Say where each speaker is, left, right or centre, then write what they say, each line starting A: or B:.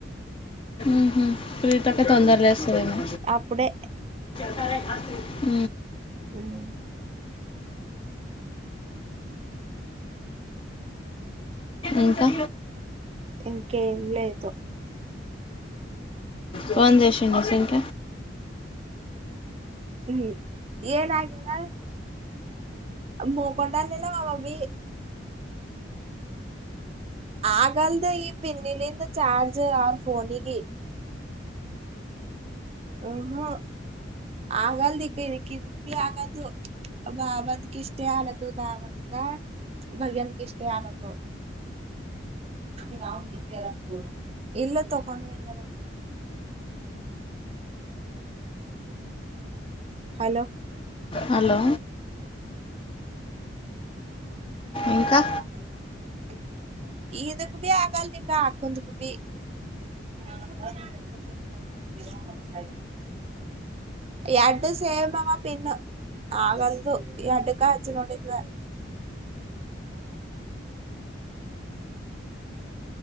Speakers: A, on the left (about 30°); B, on the right (about 30°).
A: ఉహు ప్రీతక్క తొందర లేస్తదేమో
B: అప్పుడే
A: ఉమ్
B: ఉమ్,
A: ఇంకా
B: ఇంకేం లేదు
A: ఫోన్ చేసిండ సుంక
B: ఉ ఏనగదా మొకిందవి అకాల్తో ఈ పింజానీకా ఛాన్స్ ఏ రాదు పోనిగి ఉహు ఆగాల్ దిక్ కిందికి బి ఆగాల్దు బావంతకిస్తే అలాకు బావంతకా భయకిస్తే అలాకు <unintelligible> హలో
A: హలో ఇంకా
B: <unintelligible> ఇదుక్ భి ఆగాల్ దీపా అకుందుకు భి <unintelligible> ఎడ్డు సేమామా పిన్ ఆగంతూ ఈ అడ్డక ఒచ్చు నుడింద